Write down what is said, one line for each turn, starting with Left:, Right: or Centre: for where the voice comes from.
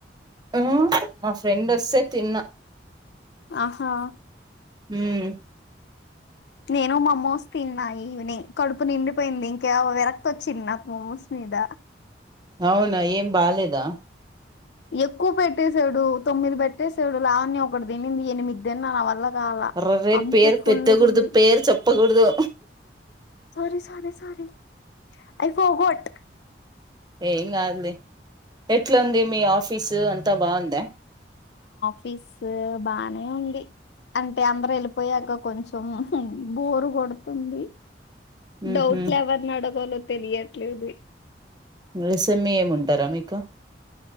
Right: ఆ మా ఫ్రెండ్ వస్తే తిన్నా
Left: ఆహా
Right: హుమ్
Left: నేను మమోస్ తిన్నాయి ఈనింగ్ కడుపు నిండిపోయింది ఇంకా విరక్త వచ్చింది నాకు మమోస్ మీద
Right: అవునా ఏం బాలేేదా
Left: ఎక్కువ పెట్టేసాడు తొమ్మిది పెట్టేసాడు లావన్య ఒకటి తినింది ఎనిమిది తిన్నా న వల్ల కాల
Right: అర రే
Left: అందుకే
Right: పేరు
Left: ఫుల్లుగుంది
Right: పెట్టకూడదు పేరు చెప్ ప్పకూడదు
Left: sorry sorry sorry I forgot
Right: ఎం కాదు లే ఎట్లుది మీ ఆఫీసు అం త బాగుంద
Left: ఫీస్ బానే ఉంది అంటే అందరు ఎళ్ళిపోయాక కొంచం బోరు కొడుతుంది
Right: ఉహు
Left: డౌట్లు ఎవరిని అడగలో తెలియట్లేదు
Right: ఎసేమ్మి ఏముంటారా మీకు